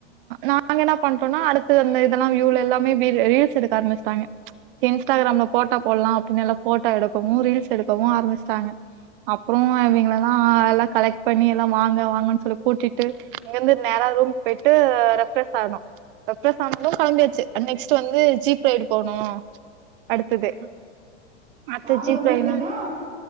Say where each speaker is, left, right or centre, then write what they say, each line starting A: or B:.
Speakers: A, on the right; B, on the right.
A: நாங்க என்னா பண்டேன்னா அடுத்தது அந்த இதெல்லா வியூலெல்லாமே வீ ரீல்ஸ் எடுக்க ஆரம்பிச்சட்டாங்க சே இன்ஸ்டாகிராம்ல ஃபோட்டோ போட்லா அப்டின் நல்லா ஃபோட்டோ எடுக்கவு ரீல்ஸ் எடுக்கவு ஆரம்பிச்ட்டாங்க அப்றோ இவிங்ளல்லா எல்லா கலெக்ட் பண்ணி எல்லா வாங்க வாங்கன் சொல்லி கூட்டிட்டு இங்கெருந்து நேரா ரூம் போய்ட்டு ரெஃப் ஃப்ரெஷ் ஆனோ ரெஃப் ஃப்ரெஷ் ஆனது கெளம்பியாச்சு அன்ட் நெக்ஸ்ட்டு வந்து ஜீப் ரைடு போனு அடுத்தது
B: ம்
A: அடுத்த
B: நாங்க
A: ஜீப்
B: வந்து
A: ரைடுனா
B: எப்டின்னா